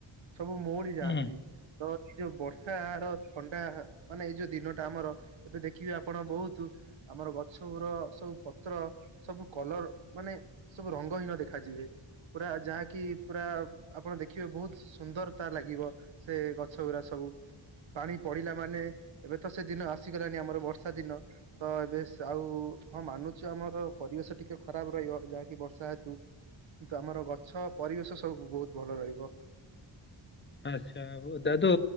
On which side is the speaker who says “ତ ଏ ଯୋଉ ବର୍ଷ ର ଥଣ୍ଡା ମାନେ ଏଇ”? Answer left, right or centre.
Right